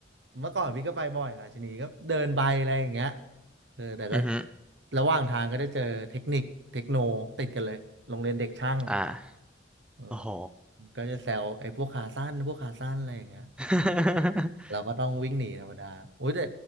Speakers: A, on the right (about 70°); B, in the centre.
A: เมื่อก่อนพี่ก็ไปบ่อยราชินีก็เดินไปอะไรอย่างเงี้ยเออแต่ก็
B: อือฮึ
A: ระหว่างทางก็ได้เจอเทคนิคเทคโนติดกันเลยโรงเรียนเด็กช่าง
B: อ่า
A: เออ
B: โอ้โห
A: ก็จะแซวไอ้พวกขาสั้นพวกขาสั้นอะไรอย่างเงี้ย
B: <laughs>
A: เราก็ต้องวิ่งหนีธรรมดาโอ้ยแต่